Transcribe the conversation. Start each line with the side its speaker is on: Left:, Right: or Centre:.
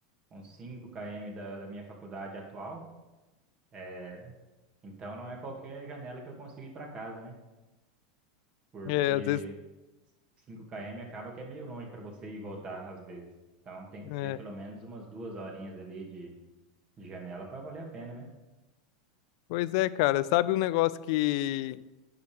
Right: uns 5 km da, da minha faculdade atual, é, então não é qualquer janela que eu consigo ir para casa, né? Porque
Left: É, às vezes.
Right: 5 km acaba que é meio longe para você ir e voltar às vezes. Então tem que
Left: é.
Right: ser pelo menos umas duas horinhas ali de, de janela para valer a pena, né?
Left: Pois é, cara. Sabe um negócio que,